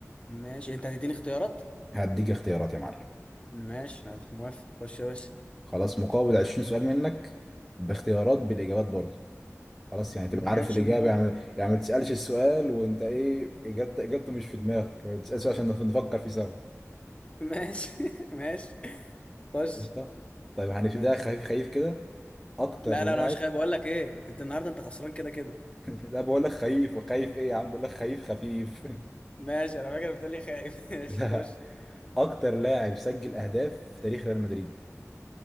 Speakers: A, on the left (about 20°); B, in the centre.
A: ماشي أنت هتديني اختيارات؟
B: هديك اختيارات يا معلم
A: ماشي يلا موافق خش يا باشا
B: خلاص مقابل 20 سؤال منك باختيارات بالاجابات برضه خلاص يعني تبقى عارف
A: ماشي
B: الاجابة
A: موافق
B: يعني يعني ما تسألش السؤال وانت ايه اجابته اجابته مش في دماغك ما تسألش عشان نف- نفكر فيه سوا
A: ماشي <laughs> ماشي خش
B: قشطة طيب هنبتدي
A: ماشي
B: خفيف خفيف كده اكتر
A: لا لا
B: لاعب
A: أنا مش خايف بقول لك إيه أنت النهاردة أنت خسران كده كده
B: لا بقول لك خيف وخيف ايه يا عم بقول لك خيف خفيف <laughs>
A: ماشي أنا فاكر بتقول لي خايف <laughs> ماشي
B: لا
A: خش
B: اكتر لاعب سجل اهداف في تاريخ ريال مدريد